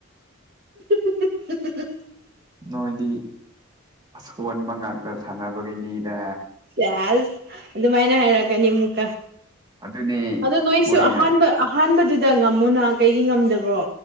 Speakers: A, on the right; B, on the right.
A: <unintelligible>
B: ꯅꯣꯏꯗꯤ ꯑꯁꯣꯟꯕ ꯉꯥꯛꯇ ꯁꯥꯟꯅꯕꯒꯤꯅꯤꯗ
A: ꯁꯦꯁ ꯑꯗꯨꯃꯥꯏꯅ ꯍꯥꯏꯔꯛꯀꯅꯤ ꯑꯃꯨꯛꯀ
B: ꯑꯗꯨꯅꯤ
A: ꯑꯗꯣ ꯅꯣꯏꯁꯨ
B: ꯃꯣꯏꯅ
A: ꯑꯍꯥꯟꯕ ꯑꯍꯥꯟꯕꯗꯨꯗꯤ ꯗ ꯉꯝꯃꯣ ꯅꯍ ꯀꯩꯒꯤ ꯉꯝꯗꯕ꯭ꯔꯣ